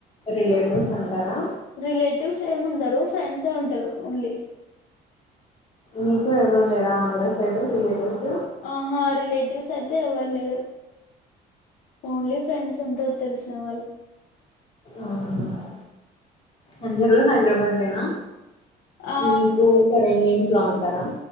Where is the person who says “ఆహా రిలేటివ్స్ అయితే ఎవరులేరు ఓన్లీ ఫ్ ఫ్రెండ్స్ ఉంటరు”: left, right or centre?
Left